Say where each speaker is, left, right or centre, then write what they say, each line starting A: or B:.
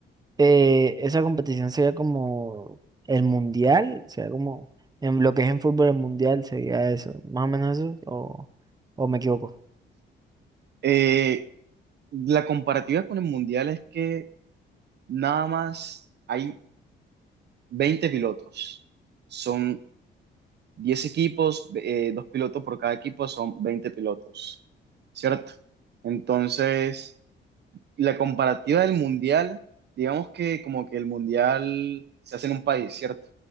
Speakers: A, on the right; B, on the right.
A: eh, esa competición sería como el mundial, sería como en lo que es en fútbol el mundial, sería eso, más o menos eso, o, o me equivoco.
B: Eh, la comparativa con el Mundial es que nada más hay 20 pilotos. Son 10 equipos, eh, dos pilotos por cada equipo, son 20 pilotos, ¿cierto? Entonces, la comparativa del mundial, digamos que como que el mundial se hace en un país, ¿cierto?